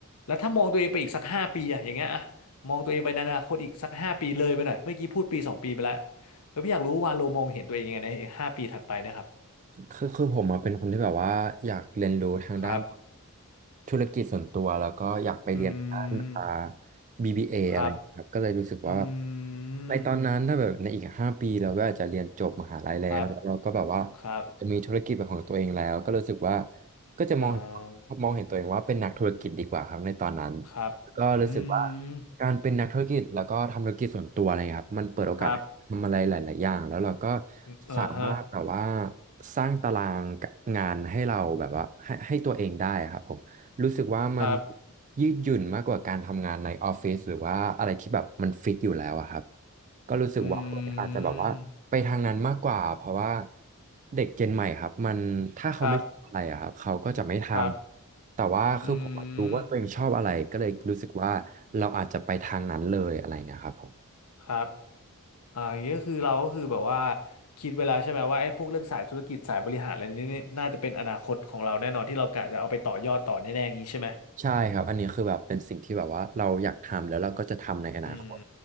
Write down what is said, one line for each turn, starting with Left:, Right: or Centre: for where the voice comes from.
Left: แล้วถ้ามองตัวเองไปอีกสักห้าปีอะอย่างเงี้ยอะมองตัวเองไปในอนาคตอีกสักห้าปีเลยไปหน่อยเมื่อกี้พูดปีสองปีไปแล้วเออพี่อยากรู้ว่าโลมองเห็นตัวเองยังไงในห้าปีถัดไปนะครับ
Right: คือคือผมอะเป็นคนที่แบบว่าอยากเรียนรู้ทางด้าน
Left: ครับ
Right: ธุรกิจส่วนตัวแล้วก็อยากไปเรียนทางด้านอ่า
Left: อืม
Right: BBA ออะไรครับก็เลยรู้สึกว่า
Left: ครับอืม
Right: ในตอนนั้นถ้าแบบในอีกห้าปีเราก็อาจจะเรียนจบมหาลัยแล้วแล้วเราก็แบบว่า
Left: ครับครับ
Right: มีธุรกิจเป็นของตัวเองแล้วก็รู้สึกว่าก็จะมอง
Left: เอ่อ
Right: มองเห็นตัวเองว่าเป็นนักธุรกิจดีกว่าครับในตอนนั้น
Left: ครับ
Right: ก็รู้สึกว่า
Left: อืม
Right: การเป็นนักธุรกิจแล้วก็ทำธุรกิจส่วนตัวอะไรเงี้ยครับมันเปิดโอกาสให้ทำอะไรหลายๆอย่างแล้วเราก็
Left: ครับเออฮะ
Right: สามารถแบบว่าสร้างตารางงานให้เราแบบว่าให้ให้ตัวเองได้ครับผม รู้สึกว่ามัน
Left: ครับ
Right: ยืดหยุ่นมากกว่าการทำงานในออฟฟิศหรือว่าอะไรที่แบบมันฟิกอยู่แล้วอะครับก็รู้สึกว่าอาจจะแบบว่าไปทางนั้นมากกว่าเพราะว่า
Left: อืม
Right: เด็กเจนใหม่ครับมันถ้าเขาไม่ชอบอะไรอะครับเขาก็จะไม่ทำแต่ว่าคือผมอะรู้ว่าตัวเองชอบอะไรก็เลยรู้สึกว่าเราอาจจะไปทางนั้นเลยอะไรอย่างเงี้ยครับผม
Left: ครับครับอืมครับ อ่าอย่างนี้ก็คือเราก็คือแบบว่าคิดเวแลาใช่ไหมว่าไอ้พวกเรื่องสายธุรกิจสายบริหารอะไรนี้นี่น่าจะเป็นอนาคตของเราแน่นอนที่เรากะจะเอาไปต่อยอดต่อแน่ๆอย่างนี้ใช่ไหม
Right: ใช่ครับอันนี้คือแบบเป็นสิ่งที่แบบว่าเราอยากทำแล้วเราก็จะทำในอนาคต
Left: อืม